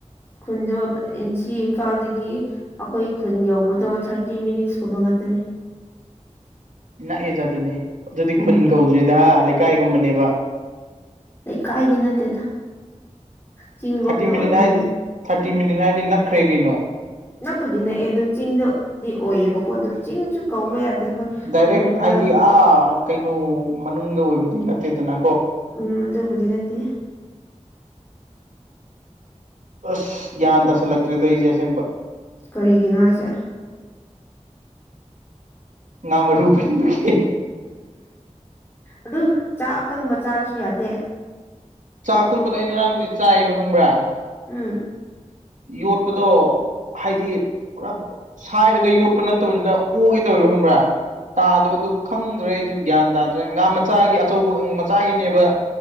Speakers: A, on the left; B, on the right.
A: ꯈꯨꯟꯗꯣ ꯁꯤ ꯏꯝꯐꯥꯜꯗꯒꯤ ꯑꯩꯈꯣꯏ ꯈꯨꯟ ꯌꯧꯕꯗꯣ ꯊꯥꯔꯇꯤ ꯃꯤꯅꯤꯠꯁ ꯀꯨꯝꯕ ꯉꯥꯛꯇꯅꯦ
B: ꯅꯛꯑꯦꯗ ꯑꯗꯨꯗꯤ ꯑꯗꯨꯗꯤ
A: ꯎꯝ
B: ꯈꯨꯟ ꯀꯧꯗ꯭ꯔꯤꯗ ꯍꯥ ꯂꯩꯀꯥꯏꯒꯨꯝꯕꯅꯦꯕ
A: ꯂꯩꯀꯥꯏꯗꯤ ꯅꯠꯇꯦꯗ ꯆꯤꯡꯔꯣꯝꯗ
B: ꯊꯥꯔꯇꯤ ꯃꯤꯅꯤꯠ
A: ꯑꯣꯏꯗꯣꯏꯅꯦ
B: ꯍꯥꯏꯗꯤ ꯊꯥꯔꯇꯤ ꯃꯤꯅꯤꯠ ꯍꯥꯏꯔꯗꯤ ꯅꯛꯈ꯭ꯔꯦ ꯀꯩꯅꯣ
A: ꯅꯛꯄꯨꯗꯤ ꯅꯛꯑꯦ ꯑꯗꯣ ꯆꯤꯡꯗꯗꯤ ꯑꯣꯏꯌꯦꯕꯀꯣ ꯑꯗꯨ ꯆꯤꯡꯁꯨ ꯀꯧꯕ ꯌꯥꯗꯦ ꯑꯩꯈꯣꯏ
B: ꯗꯥꯏꯔꯦꯛ
A: ꯑꯗꯨꯝ ꯅꯦꯁꯅꯦꯜ
B: ꯍꯥꯏꯗꯤ ꯑꯥ ꯀꯩꯅꯣ ꯃꯅꯨꯡꯗ ꯑꯣꯏꯕꯗꯤ ꯅꯠꯇꯦꯗꯅ
A: ꯎꯝ ꯑꯗꯨꯕꯨꯗꯤ ꯅꯠꯇꯦ
B: ꯑꯁ ꯒ꯭ꯌꯥꯟ ꯇꯥꯁꯜꯂꯛꯇ꯭ꯔꯦꯗꯣ ꯑꯩꯁꯦ ꯑꯁꯦꯡꯕ
A: ꯀꯔꯤꯒꯤꯅꯣ ꯍꯥꯏꯁꯦ
B: ꯉꯥ ꯃꯔꯨ ꯄꯟꯕꯒꯤ
A: ꯑꯗꯨꯝ ꯆꯥꯛ ꯑꯀꯪꯕ ꯆꯥꯔꯁꯨ ꯌꯥꯗꯦ
B: ꯆꯥꯛ ꯑꯀꯛꯄꯗ ꯑꯩꯅ ꯉꯔꯥꯡꯕꯨꯗꯤ ꯆꯥꯌꯦꯕ ꯈꯪꯕ꯭ꯔꯥ
A: ꯎꯝ
B: ꯌꯣꯠꯄꯗꯣ ꯍꯥꯏꯗꯤ ꯄꯨꯔꯥ ꯁꯥꯏꯔꯒ ꯌꯣꯠꯄ ꯅꯠꯇꯕꯅꯤꯅ ꯑꯣꯒꯦ ꯇꯧꯕ ꯈꯪꯕ꯭ꯔꯥ ꯇꯥꯗꯕꯗꯨ ꯈꯪꯗ꯭ꯔꯦ ꯑꯩꯁꯨ ꯒ꯭ꯌꯥꯟ ꯇꯥꯗ꯭ꯔꯦ ꯉꯥ ꯃꯆꯥꯒꯤ ꯑꯆꯧꯕ ꯃꯆꯥꯒꯤꯅꯦꯕ